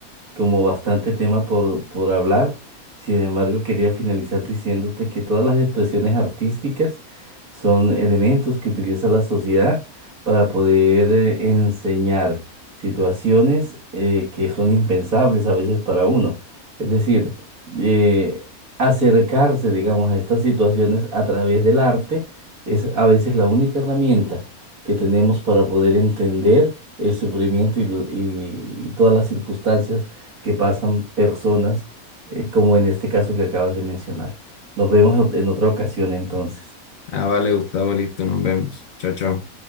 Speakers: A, on the right; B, on the left.
A: como bastante tema por, por hablar. Sin embargo, quería finalizar diciéndote que todas las expresiones artísticas son elementos que utiliza la sociedad para poder eh, enseñar situaciones eh, que son impensables a veces para uno. Es decir, eh, acercarse, digamos, a estas situaciones a través del arte es a veces la única herramienta que tenemos para poder entender el sufrimiento y, l- y y todas las circunstancias que pasan personas, eh, como en este caso que acabas de mencionar. Nos vemos en otra ocasión entonces.
B: Ah, vale, Gustavo, listo, nos vemos. Chao, chao.